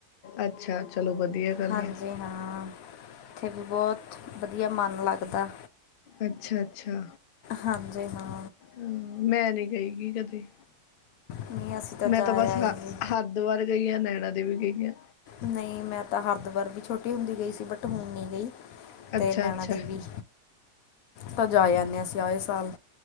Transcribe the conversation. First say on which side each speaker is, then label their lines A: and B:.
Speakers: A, on the left; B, on the left.
A: ਅੱਛਾ ਚਲੋ ਵਧੀਆ। ਗੱਲ
B: ਹਾਂਜੀ
A: ਆ
B: ਹਾਂ ਇੱਥੇ ਵੀ ਬਹੁਤ ਵਧੀਆ ਮਨ ਲੱਗਦਾ।
A: ਅੱਛਾ ਅੱਛਾ।
B: ਹਾਂਜੀ ਹਾਂ।
A: ਹਾਂ ਮੈਂ ਨੀ ਗਈ ਗੀ ਕਦੇ,
B: ਨਹੀਂ ਅਸੀਂ
A: ਮੈਂ
B: ਜਾ
A: ਤਾਂ
B: ਆਏ
A: ਬਸ ਹ
B: ਜੀ
A: ਹਰਿ ਦੁਆਰ ਗਈਆ ਨੈਣਾ ਦੇਵੀ ਗਈ ਆ।
B: ਨਹੀਂ ਮੈਂ ਤਾਂ ਹਰਦਵਾਰ ਵੀ ਛੋਟੀ ਹੁੰਦੀ ਗਈ ਸੀ ਬਟ ਹੁਣ ਨੀ ਗਈ।
A: ਅੱਛਾ
B: ਤੇ ਨੈਣਾ
A: ਅੱਛਾ
B: ਦੇਵੀ, ਤਾਂ ਜਾਂਦੇ ਆਨੇ ਆਏ ਸਾਲ